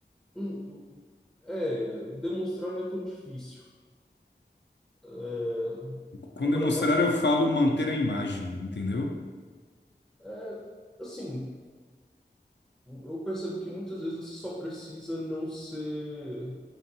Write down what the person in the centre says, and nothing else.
hum, hum, é, demonstrar não é tão difícil. É,
a maior
parte
do...
É, assim... Eu percebo que muitas vezes você só precisa não ser